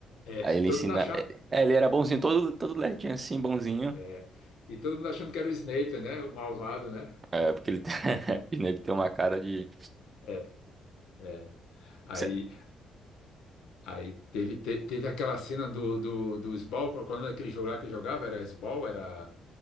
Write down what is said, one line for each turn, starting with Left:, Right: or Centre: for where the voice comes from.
Left: É,
Right: Aí ele
Left: todo
Right: ensina.
Left: mundo achava.
Right: É, é, ele era bonzinho, todo, todo lerdinho assim, bonzinho.
Left: É, e todo mundo achando que era o Snape, né? O malvado, né?
Right: É, porque ele tem... <laughs> o Snape tem uma cara de.
Left: É, é. Aí,
Right: Se-
Left: aí teve, te- teve aquela cena do, do, do Sball, qual qual é o nome daquele jogo lá que jogava? Era Sball? Era,